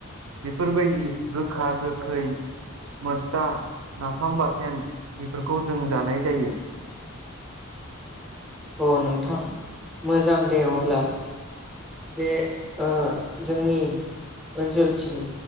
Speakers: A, on the right; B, in the centre.
A: बेफोरबायदि गोखा गोखै मोस्था नाफाम बाथोन बेफोरखौ जों जानाय जायो।
B: औ नोंथां मोजां दे अब्ला। बे ओ जोंनि ओनसोलथिं